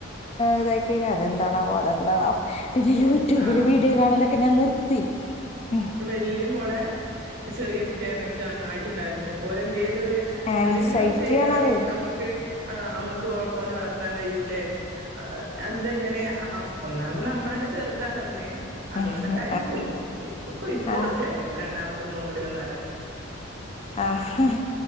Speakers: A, on the left (about 30°); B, on the right (about 50°).
A: ഇതാക്കി കഴിഞ്ഞാ അതെന്താണാവോ അതെന്താണാവോ പിന്നെ യൂട്യൂബില്
B: ആഹ്
A: വീഡിയോ കാണലൊക്കെ ഞാൻ നിർത്തി ഉ
B: ല്ല്യ മളെ ചെറിയ കുട്ടിയനിക്ക് നന്നായിട്ടുണ്ടായിരുന്നു ഓലന്തേലൊ രു
A: ആൻസൈറ്റി
B: എന്തെങ്കിലും ഒന്ന് ചെയ്താല്
A: ആണത്
B: അമ്മക്ക് ആ നമ്മക്ക് ഓലെ വളർത്താൻ കഴിയൂല്ലേ എന്തെങ്ങനെയാ ഒന്നാമത് നമ്മള ന്നെ ചെറുതാണന്ന് അതുകൊണ്ടൊക്കെയിരിക്കും
A: ആഹ്
B: ഇപ്പ ഇപ്പൊക്കെ
A: ആഹ്
B: ആയിട്ടോ രണ്ടാമത്തെ മോളൂടി വന്നാരെ
A: ആഹ്